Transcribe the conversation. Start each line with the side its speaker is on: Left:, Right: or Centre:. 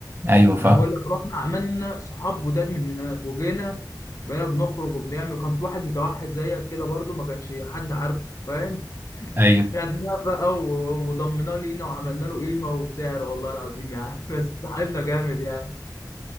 Right: أيوة فاهم
Left: انا بقول لك رحنا عملنا صحاب جداد من هناك وجينا بقينا بنخرج وبنعمل كان في واحد متوحد زيك كده برضو ما كانش حد عارف فاهم <laughs>
Right: أيوة
Left: خدناه بقى و- وضمناه لينا وعملنا له قيمه وسعر والله العظيم يعني <laughs> بس صاحبنا جامد يعني